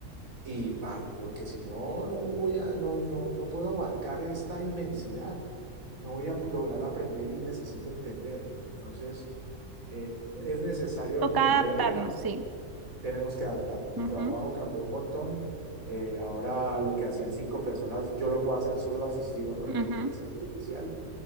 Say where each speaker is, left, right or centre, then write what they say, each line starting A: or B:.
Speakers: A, on the right; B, on the right.
A: y paro, porque si no, no voy a, no, no, no puedo abarcar esta inmensidad, no voy a po- lograr aprender y necesito entender. Entonces, eh, es necesario
B: Toca
A: entenderlo,
B: adaptarnos, sí.
A: tenemos que adaptarnos. Mi
B: Ujú,
A: trabajo cambió un montón. eh, ahora lo que hacían cinco personas, yo lo puedo hacer solo asistido con la
B: ujú.
A: inteligencia artificial.